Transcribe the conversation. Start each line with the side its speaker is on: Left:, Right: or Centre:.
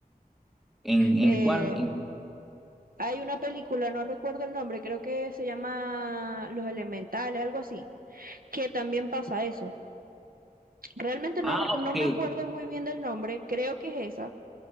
Centre: ¿En, en
Right: Eh,
Centre: cuál?
Right: hay una película, no recuerdo el nombre, creo que se llama Los Elementales, algo así, que también pasa eso. Realmente
Centre: Ah,
Right: no, re- no
Centre: ok.
Right: me acuerdo muy bien del nombre, creo que es esa